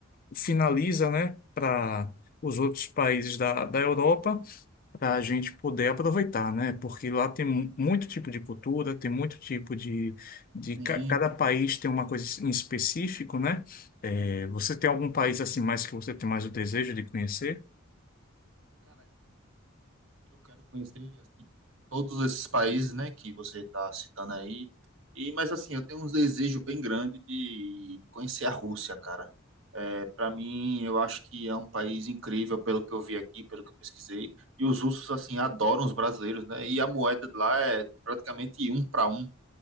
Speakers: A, on the left; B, on the right.
A: finaliza, né? Para os outros países da, da Europa para a gente poder aproveitar, né? Porque lá tem mu- muito tipo de cultura, tem muito tipo de, de
B: sim.
A: ca- cada país tem uma coisa em específico, né? É, você tem algum país assim mais que você tem mais o desejo de conhecer?
B: Cara, Eu quero conhecer assim, todos esses países, né, que você está citando aí. E mas assim, eu tenho um desejo bem grande de conhecer a Rússia, cara. É, para mim, eu acho que é um país incrível pelo que eu vi aqui, pelo que eu pesquisei. E os russos assim adoram os brasileiros, né? E a moeda de lá é praticamente um para um.